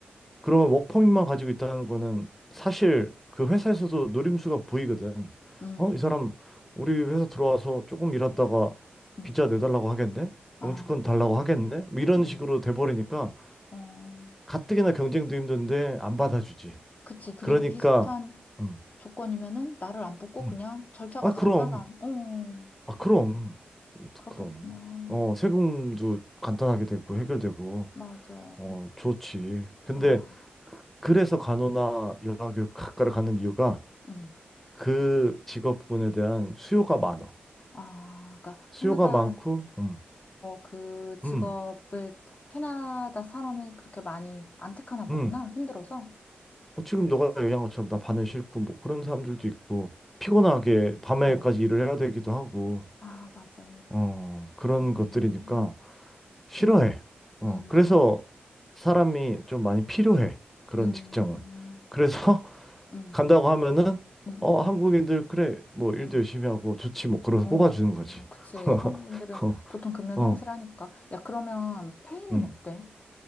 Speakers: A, in the centre; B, on the left (about 40°).
A: 그러면 워크퍼밋만 가지고 있다는 거는 사실 그 회사에서도 노림수가 보이거든.
B: 음,
A: 어, 이 사람 우리 회사 들어와서 조금 일하다가
B: 음.
A: 비자 내달라고 하겠네?
B: 아.
A: 영주권 달라고 하겠네? 뭐 이런
B: 응,
A: 식으로 돼버리니까
B: 응. 어,
A: 가뜩이나 경쟁도 힘든데 안 받아주지.
B: 그치. 그리고
A: 그러니까
B: 비슷한
A: 음,
B: 조건이면은 나를 안 뽑고
A: 음.
B: 그냥 절차가
A: 아,
B: 간단한,
A: 그럼.
B: 어,
A: 아, 그럼.
B: 그렇겠구나.
A: 그럼. 어, 세금도 간단하게 되고 해결되고
B: 맞아.
A: 어, 좋지. 근데
B: 아,
A: 그- 그래서 간호나 요양교육학과를 가는 이유가
B: 응.
A: 그 직업군에 대한 수요가 많어.
B: 아, 그러니까
A: 수요가
B: 캐나다에서
A: 많고, 음,
B: 그 직업을
A: 음,
B: 캐나다 사람이 그렇게 많이 안 택하나 보구나.
A: 음.
B: 힘들어서.
A: 어, 지금 너가 얘기한 것처럼 나 반에 싫고 뭐 그런 사람들도 있고 피곤하게 밤에까지
B: 어.
A: 일을 해야 되기도 하고
B: 아, 맞아.
A: 어, 그런
B: 음,
A: 것들이니까 싫어해.
B: 그렇구나.
A: 어,
B: 음,
A: 그래서 사람이 좀 많이 필요해. 그런
B: 음,
A: 직장은. 그래서
B: 음,
A: 간다고 하면은
B: 음,
A: 어
B: 음,
A: 한국인들 그래 뭐 일도
B: 음.
A: 열심히 하고 좋지 뭐 그러면서
B: 어,
A: 뽑아주는 거지
B: 그치.
A: <laughs>
B: 한국인들은
A: 어,
B: 보통 금연 성실하니까.
A: 어,
B: 야, 그러면 페이는
A: 음.
B: 어때?